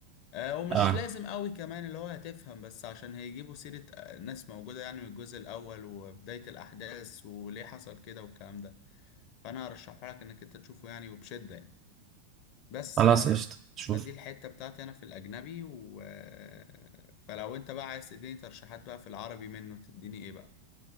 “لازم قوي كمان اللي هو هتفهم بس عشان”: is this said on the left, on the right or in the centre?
Left